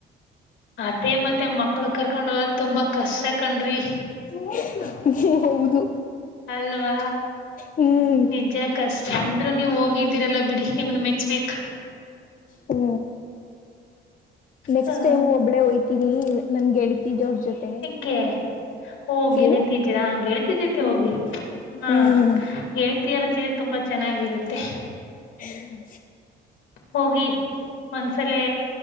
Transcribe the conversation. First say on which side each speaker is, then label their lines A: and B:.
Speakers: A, on the left (about 75°); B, on the left (about 45°).
A: ಅದೇ ಮತ್ತೆ ಮಕ್ಳ ಕರ್ಕೊಂಡ ಹೋಗೋದ ತುಂಬಾ ಕಷ್ಟ ಕಣ್ರಿ.
B: ತೋರ್ಸಲ ಹೌದು.
A: ಅಲ್ವಾ
B: ಹ್ಮ್
A: ನಿಜ ಕಷ್ಟ ಅಂದ್ರರು ನೀವು ಹೋಗಿದ್ದೀರಲ್ಲ ಬಿಡಿ. ನಿಮನ ಮೆಚ್ಬೇಕು.
B: ಹು ನೆಕ್ಸ್ಟ್
A: ಹ
B: ಟೈಮ್ ಒಬ್ಬಳೇ ಹೂಯ್ತೀನಿ. ನನ್ನ ಗೆಳತಿದೋರ್ ಜೊತೆ.
A: ಕ್ಕೆ ಹೋ ಗೆಳತಿದರಾ
B: ಏನು
A: ಗೆಳತಿ ಜೊತೆ
B: ಹ್ಮ್
A: ಹೋಗಿ ಹಾ
B: ಹ್ಮ್
A: ಗೆಳ್ ತೀರಜ ತುಂಬಾ ಚೆನ್ನಾಗಿರುತ್ತೆ.
B: ಹ ಹ್ಹು
A: ಹೋಗಿ ಒಂದ್ಸಲೆ.